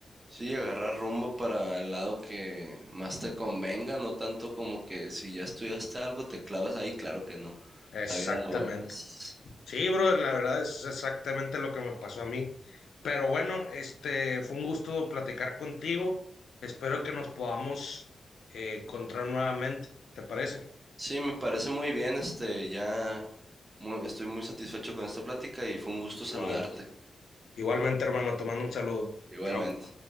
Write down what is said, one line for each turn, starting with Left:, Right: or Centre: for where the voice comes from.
Right: Sí, agarrar rumbo para el lado que más te convenga, no tanto como que si ya estudiaste algo te clavas ahí, claro que no.
Left: Exactamente.
Right: La vida da vueltas.
Left: Sí, brother, la verdad es exactamente lo que me pasó a mí. Pero bueno, este, fue un gusto platicar contigo. Espero que nos podamos eh, encontrar nuevamente. ¿Te parece?
Right: Sí, me parece muy bien, este, ya mu- estoy muy satisfecho con esta plática y fue un gusto saludarte.
Left: Igual. Igualmente, hermano, te mando un saludo.
Right: Igualmente.
Left: Chao.